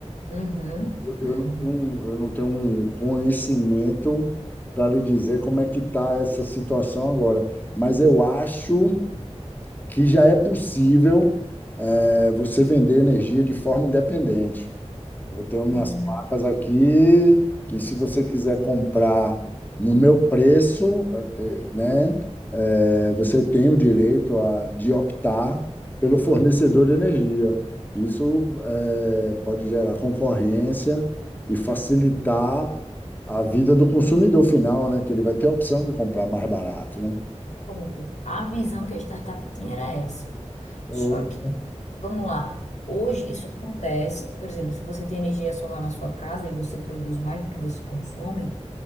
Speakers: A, on the left; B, on the left.
A: Uhum,
B: Eu, eu
A: uhum.
B: não, não- eu não tenho um conhecimento para lhe dizer como é que está essa situação agora, mas eu acho que já é possível é, você vender energia de forma independente. Eu tenho minhas
A: Sim,
B: placas
A: mas
B: aqui, que se você quiser comprar no meu preço, eh, eh, né, é, você tem o direito a, de optar pelo fornecedor de energia. Isso é, pode gerar concorrência e facilitar a vida do consumidor final, né, que ele vai ter a opção de comprar mais barato, né?
A: pronto. A visão que a startup tinha era essa.
B: Ou-
A: Só que, vamos lá. Hoje isso acontece, por exemplo, se você tem energia solar na sua casa e você produz mais do que você consome,